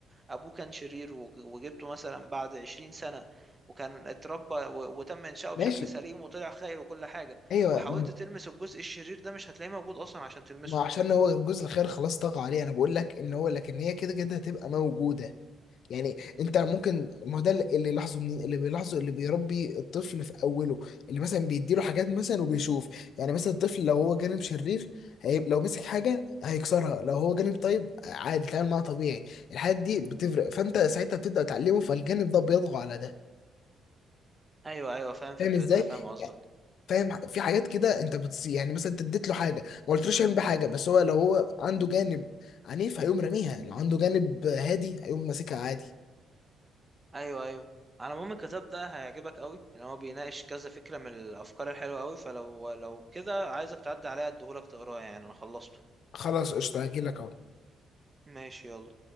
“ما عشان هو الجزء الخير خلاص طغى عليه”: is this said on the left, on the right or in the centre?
Left